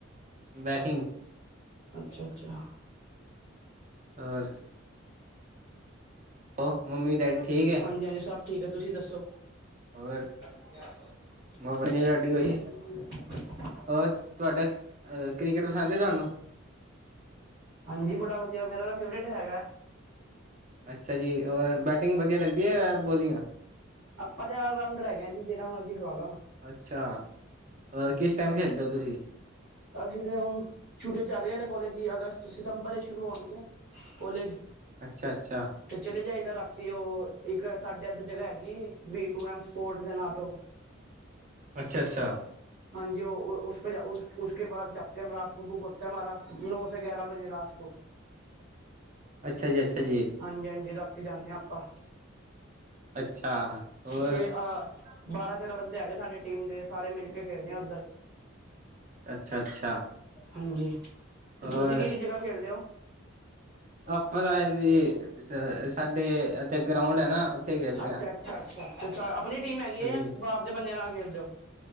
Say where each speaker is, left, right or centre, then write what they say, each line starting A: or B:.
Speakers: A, on the right; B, on the right.
A: ਬੈਟਿੰਗ
B: ਅੱਛਾ ਅੱਛਾ।
A: ਹੋਰ ਉਹ ਮੰਮੀ ਡੈਡੀ ਠੀਕ ਹੈ
B: ਹਾਂਜੀ ਹਾਂਜੀ ਸਭ ਠੀਕ ਏ। ਤੁਸੀਂ ਦੱਸੋ?
A: ਹੋਰ
B: <inaudible>
A: ਬਣੀ ਸਾਡੀ ਕੋਈ ਹੋਰ ਤੁਹਾਡਾ ਕ੍ਰਿਕੇਟ ਪਸੰਦ ਏ ਤੁਹਾਨੂੰ?
B: ਹਾਂਜੀ ਬੜਾ ਵਧੀਆ, ਮੇਰਾ ਤਾਂ ਫੇਵਰੇਟ ਹੈਗਾ।
A: ਅੱਛਾ ਜੀ ਔਰ, ਬੈਟਿੰਗ ਵਧੀਆ ਲੱਗਦੀ ਹੈ ਯਾ ਬੋਲਿੰਗ।
B: ਆਪਾਂ ਤਾਂ ਆਲ ਰਾਊਂਡਰ ਹੈ ਗਿਆ ਜੀ, ਜਿਹੜਾ ਮਰਜ਼ੀ ਖ ਲਾ ਲੋ।
A: ਅੱਛਾ ਹੋਰ ਕਿਸ ਟਾਈਮ ਖੇਡਦੇ ਓ ਤੁਸੀਂ?
B: ਅਸੀਂ ਤੇ ਹੁਣ ਛੁੱਟੀਆਂ ਚੱਲ ਰਹੀਆਂ ਨੇ ਕਾਲਜ ਅਗਸਤ, ਸਤੰਬਰ ਹੀ ਸ਼ੁਰੂ ਹੋਣਗੇ। ਕਲੇਜ
A: ਅੱਛਾ, ਅੱਛਾ
B: ਤੇ ਚਲੇ ਜਾਏਦਾ ਰਾਤੀ। ਉਹ, ਇੱਕ ਸਾਡੇ ਅੱਧ ਜਗ੍ਹਾ ਹੈ ਗੀ। ਵੀ- ਟੂ- ਐਮ ਸਪੋਰਟ ਦੇ ਨ ਤੋਂ
A: ਅੱਛਾ, ਅੱਛਾ
B: ਹਾਂਜੀ ਉਹ, ਉਸ, ਉਸ ਕੇ, ਬਾਦ ਜਾਤੇ ਰਾਤ ਕੋ ਬੁਕ ਹੋਤਾ ਹੇ ਹਮਾਰਾ। ਨੌ ਸੇ ਗਿਆਰਾਂ ਬਜੇ ਰਾਤ ਕੁ <unintelligible>
A: ਅੱਛਾ ਜੀ, ਅੱਛਾ ਜੀ
B: ਹਾਂਜੀ, ਹਾਂਜੀ ਰਾਤੀ ਜਾਂਨੇ ਹਾਂ ਆਪਾਂ।
A: ਅੱਛਾ ਹੋਰ
B: ਛੇ ‌ਆਹ ਬਾਰਾਂ ਤੇਰਾਂ ਬੰਦੇ ਹੈਗੇ ਸਾਡੇ ਟੀਮ ਦੇ। ਸਾਰੇ ਮਿਲ ਕੇ ਖੇਲਨੇ ਆ ਉੱਧਰ।
A: ਅੱਛਾ ਅੱਛਾ
B: ਹਾਂਜੀ, ਤੇ
A: ਹੋਰ
B: ਤੁਸੀਂ ਕਿਹੜੀ ਜਗ੍ਹਾ ਖੇਲਦੇ ਓ? <unintelligible>
A: ਆਪਾਂ ਤਾਂ ਜੀ ਸਾਡੇ ਇਥੇ ਗਰਾਊਂਡ ਹੈ ਨਾ ਉੱਥੇ ਖੇਲਦੇ
B: ਅੱਛਾ,
A: ਹਾਂ
B: ਅੱਛਾ, ਅੱ, ਅੱਛਾ। ਆਪਣੀ ਟੀਮ ਹੈਗੀ ਹੈ।
A: ਹਾਂਜੀ
B: ਜਾਂ ਬਾਹਰ ਦੇ ਬੰਦਿਆਂ ਨਾਲ ਖੇਲ ਦੇ ਓ?